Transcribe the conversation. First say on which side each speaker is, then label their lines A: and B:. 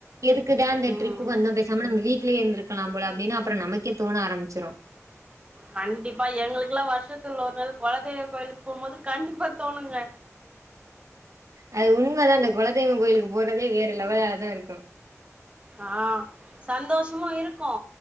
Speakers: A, on the right (about 75°); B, on the right (about 20°).
A: எதுக் க்தா இந்த
B: ம்
A: ட்ரிப் வந்தோ பேசாம நம் வீட்லயே இருந்துருக்கலா போல அப்டினு அப்பரோ நமக்கே தோண ஆரம்பிச்சிரு
B: கண்டிப்பா எங்ளுக்கெலா வர்ஷத்துள்ள ஒர் நாள் கொலதெய்வ கோயில்க்கு போம்போது கண்டிப்பா தோணுங்க
A: அது உண்மதா அந்த கொலதெய்வங் கோயிலுக்கு போறதே வேற லெவலா தா இருக்கு
B: ஆ சந்தோஷ்மு இருக்கு